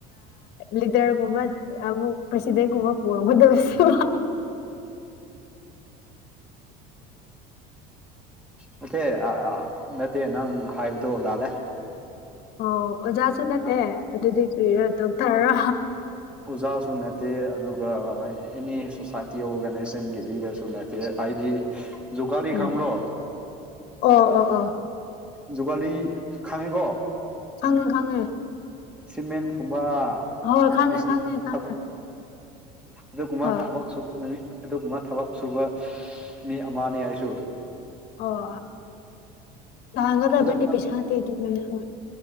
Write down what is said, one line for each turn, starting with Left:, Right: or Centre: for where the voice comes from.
Left: ꯂꯤꯗꯔꯒꯨꯝꯕ ꯑꯃꯨꯛ ꯄ꯭ꯔꯁꯤꯗꯦꯟ ꯃ ꯀꯕꯨꯗꯦꯁ
Centre: ꯅꯠꯇꯦ ꯅꯠꯇꯦ ꯅꯪ ꯍꯥꯏꯕꯗꯣ ꯂꯥꯜꯂꯦ
Left: ꯑꯣ ꯑꯣꯖꯥꯁꯨ ꯅꯠꯇꯦ ꯑꯗꯨꯗꯤ ꯀꯔꯤꯔꯣ ꯑꯗꯨ ꯇꯥꯔ
Centre: ꯑꯣꯖꯥꯁꯨ ꯅꯠꯇꯦ ꯑꯗꯨꯒ ꯑꯦꯅꯤ ꯁꯣꯁꯥꯏꯇꯤ ꯑꯣꯔꯒꯅꯥꯏꯖꯦꯁꯟꯒꯤ ꯂꯤꯗꯔꯁꯨ ꯅꯠꯇꯦ ꯑꯩꯗꯤ ꯖꯨꯒꯥꯂꯤ
Left: ꯎꯝ
Centre: ꯈꯪꯕ꯭ꯔꯣ
Left: ꯑꯣ ꯑꯣ ꯑꯣ
Centre: ꯖꯨꯒꯥꯂꯤ ꯈꯉꯦꯀꯣ
Left: ꯈꯪꯉꯦ ꯈꯪꯉꯦ
Centre: ꯁꯤꯃꯦꯟ ꯀꯨꯝꯕ
Left: ꯍꯣꯏ ꯈꯪꯉꯦ
Centre: ꯃꯤꯁꯇ꯭ꯔꯤꯁꯤ
Left: ꯈꯪꯉꯦ ꯈꯪꯉꯦ
Centre: ꯊꯕꯛ ꯑꯗꯨꯒꯨꯝꯕ
Left: ꯍꯣꯏ
Centre: ꯊꯕꯛ ꯁꯨꯕ ꯅꯨꯃꯤ ꯑꯗꯨꯒꯨꯝꯕ ꯊꯕꯛ ꯁꯨꯕ ꯃꯤ ꯑꯃꯅꯤ ꯑꯩꯁꯨ
Left: ꯑꯣ ꯇꯥꯡꯒꯗꯕꯅꯤ
Centre: ꯑꯗꯨꯒꯨꯝꯕ
Left: ꯄꯥꯗꯤ ꯑꯗꯨꯃꯤꯅ ꯍ